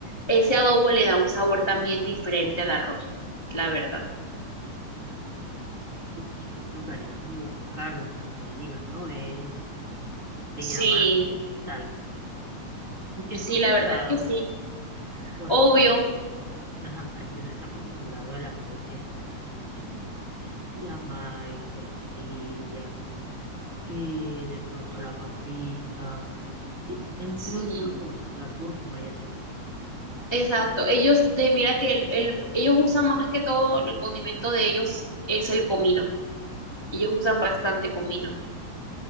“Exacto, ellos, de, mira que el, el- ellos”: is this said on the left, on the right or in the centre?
Left